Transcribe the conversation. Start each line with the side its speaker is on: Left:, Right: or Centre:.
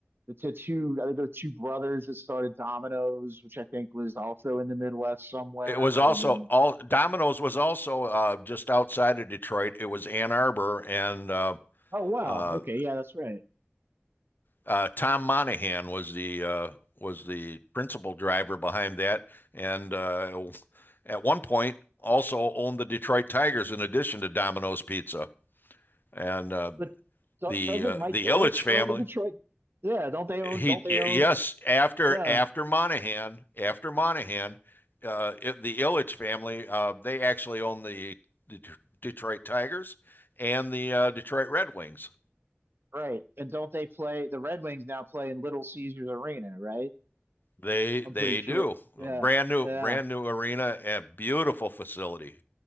Right: the t- two I think there were two brothers that started Domino's, which I think was also in the Midwest somewhere,
Left: it was also
Right: and then
Left: all Domino's was also uh, just outside of Detroit. It was Ann Arbor, and uh,
Right: oh wow,
Left: uh,
Right: okay, yeah, that's right.
Left: uh, Tom Monahan was the uh, was the principal driver behind that, and uh, at one point also owned the Detroit Tigers in addition to Domino's Pizza. And uh,
Right: But do
Left: the
Right: doesn't
Left: uh,
Right: Mike
Left: the
Right: Ilitch
Left: Ilitch family
Right: own the Detroit? Yeah, don't they own?
Left: He
Right: Don't they
Left: yes,
Right: own?
Left: after
Right: Yeah,
Left: after Monahan, after Monahan, uh, it, the Ilitch family, uh, they actually own the Det- Detroit Tigers and the uh, Detroit Red Wings.
Right: right. And don't they play the Red Wings now play in Little Caesars Arena, right?
Left: They they
Right: I'm pretty sure.
Left: do
Right: Yeah,
Left: brand new
Right: yeah,
Left: brand new arena and beautiful facility.